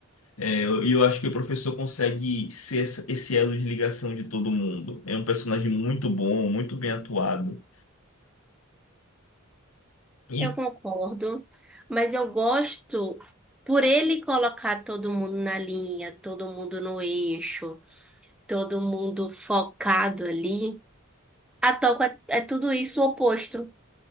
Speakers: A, on the left; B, in the centre.
A: É, eu- E eu, acho que o professor consegue ser essa- esse elo de ligação de todo mundo. É um personagem muito bom, muito bem atuado. E
B: Eu concordo, mas eu gosto por ele colocar todo mundo na linha, todo mundo no eixo, todo mundo focado ali. A toca é, é tudo isso o oposto.